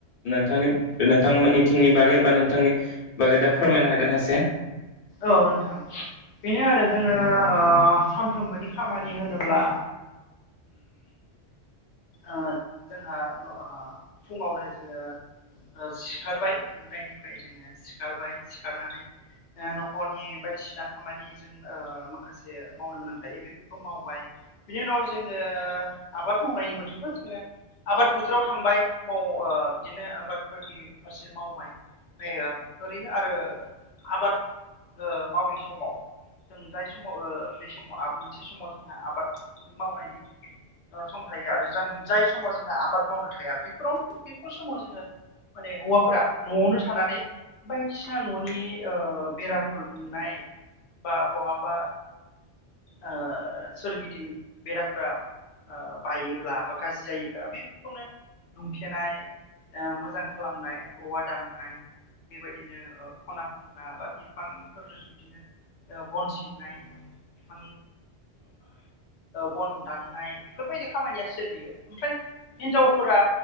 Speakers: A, on the left (about 50°); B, on the left (about 80°).
A: नोंथांनि नोंथांमोननि थिंनि बागै बा नोंथांनि बागै दा फोरमायनो हागोना एसे।
B: औ नोंथां बेनो आरो जोङो अ सानफ्रोमबोनि खामानि होनोब्ला ओ-जोंहा ओ-फुङावनो जोङो सिखारबाय उन्दुनायनिफ्राय जोङो सिखारबाय सिखारनानै ओ-नखनि बायदिसिना खामानिजों ओ माखासे मावनो गोनां थायो बेफोरखौ मावबाय। बिनि उनाव जोङो आबाद मावनायनि बोथोरबो जोङो आबाद बोथोराव थांबाय। माव ओ बिदिनो आबादफोरनि फारसे मावबाय बायो। ओरैनो आरो आबाद ओ मावै समाव जों जाय समाव ओ बे समाव <unintelligible> समाव जोंहा आबाद मावनायनि सम थायो आरो जा जाय समाव जोंहा आबाद मावनो थाया बेफोरावनो बेफोर समाव जोङो माने हौवाफोरा न'आवनो थानानै बायदिसिना न'नि ओ बेराफोर दुमनाय बा बहाबा ओ सोरगिदिं बेराफ्रा ओ बायोब्ला बा गाज्रि जायोब्ला बेफोरखौनो दुमथेनाय ओ मोजां खालामनाय औवा दाननाय बेबायदिनो खना खनग्रा बा बिफांफोर बिदिनो बन सिननाय बिफां बन दाननाय बेफोरबायदि खामानिया सोलियो ओमफ्राय हिनजावफोरा